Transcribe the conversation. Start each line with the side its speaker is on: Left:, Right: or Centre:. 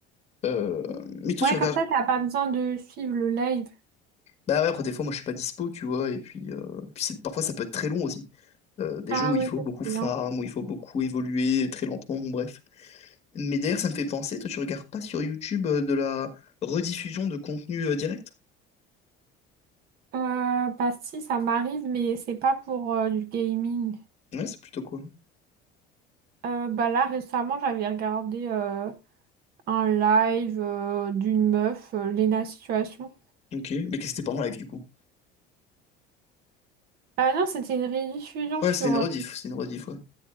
Left: Euh, Mais toi,
Right: Ouais,
Left: tu regardes
Right: comme ça, t'as pas besoin de suivre le live.
Left: Bah ouais, après des fois moi je suis pas dispo, tu vois, et puis, euh, puis c'est- parfois ça peut être très long aussi. Euh, des
Right: Ah
Left: jeux où il
Right: ouais,
Left: faut
Right: ça
Left: beaucoup
Right: c'est
Left: farm,
Right: bien.
Left: où il faut beaucoup évoluer très lentement, bon bref. Mais d'ailleurs ça me fait penser, toi tu regardes pas sur YouTube euh, de la rediffusion de contenu euh, direct?
Right: Euh, bah si, ça m'arrive, mais c'est pas pour euh, du gaming.
Left: Ouais, c'est plutôt quoi.
Right: Euh, bah là, récemment, j'avais regardé euh, un live euh, d'une meuf, euh, Lena Situation.
Left: Ok, mais qu'est-ce que c'était pas en live du coup.
Right: Ah non, c'était une rediffusion
Left: Ouais,
Right: sur...
Left: c'était une rediff,
Right: euh,
Left: c'est une rediff, ouais.